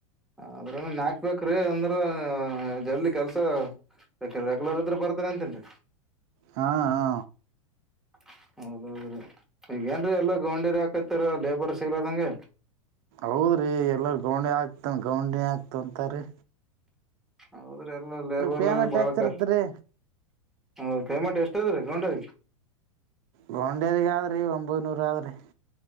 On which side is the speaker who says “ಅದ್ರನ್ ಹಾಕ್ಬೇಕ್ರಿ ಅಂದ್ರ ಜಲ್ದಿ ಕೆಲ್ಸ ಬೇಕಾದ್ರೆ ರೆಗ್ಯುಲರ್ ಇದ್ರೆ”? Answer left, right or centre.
Centre